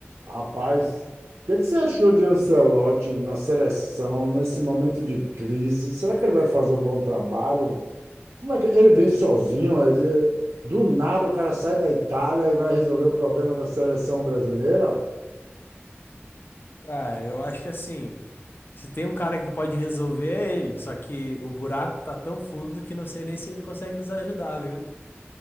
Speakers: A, on the right; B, on the left.
A: Rapaz, o que que você achou de Ancelotti na seleção, nesse momento de crise? Será que ele vai fazer um bom trabalho? Como é que ele vem sozinho? Ele- Do nada o cara sai da Itália e vai resolver o problema da seleção brasileira?
B: Cara, eu acho que assim, se tem um cara que pode resolver é ele, só que o buraco tá tão fundo que não sei nem se ele consegue nos ajudar, viu?